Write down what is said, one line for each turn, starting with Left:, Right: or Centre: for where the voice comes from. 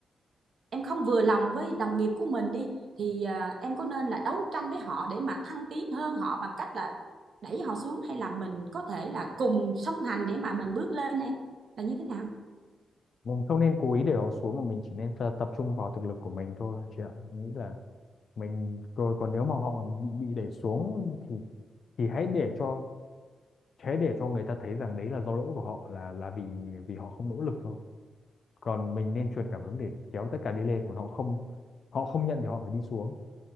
Right: em không vừa lòng với đồng nghiệp của mình đi thì à, em có nên là đấu tranh với họ để mà thăng tiến hơn họ bằng cách là đẩy họ xuống hay là mình có thể là cùng song hành để mà mình bước lên em là như thế nào
Left: mình không nên cố ý để họ xuống mà mình chỉ nên ta- tập trung vào thực lực của mình thôi chị ạ em nghĩ là mình rồi còn nếu mà họ bị bị đẩy xuống thì thì hãy để cho thế để cho người ta thấy rằng đấy là do lỗi của họ là là vì vì họ không nỗ lực thôi còn mình nên truyền cảm hứng để kéo tất cả đi lên còn họ không họ không nhận thì họ phải đi xuống